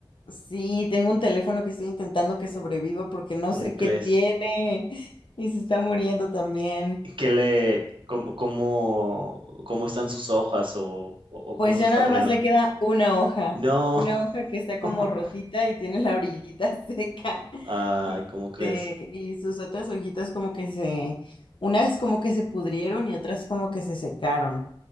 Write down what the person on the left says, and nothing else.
Sí, tengo un teléfono que estoy intentando que sobreviva porque no
sé
qué tiene <laughs> y se está muriendo también.
Pues
ya
nada
más le queda una hoja,
una hoja que está como
rotita y tiene la orillita <laughs> seca
y,
este, y sus otras hojitas como que se, unas como que se pudrieron y otras como que se secaron.